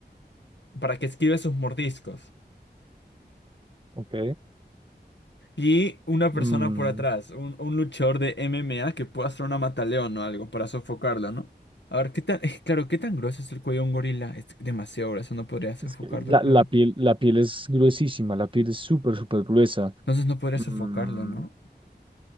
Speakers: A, on the left; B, on the right.
A: para que esquive sus mordiscos.
B: ok.
A: Y una persona
B: Mm,
A: por atrás, un, un luchador de M M A que pueda hacer una mataleón o algo para sofocarlo, ¿no? A ver, ¿qué tan, eh, claro, ¿qué tan grueso es el cuello de un gorila? Es demasiado grueso, no podría sofocarlo,
B: es que la,
A: creo.
B: la piel, la piel es gruesísima, la piel es súper, súper gruesa.
A: Entonces no podría
B: Mm,
A: sofocarlo, ¿no?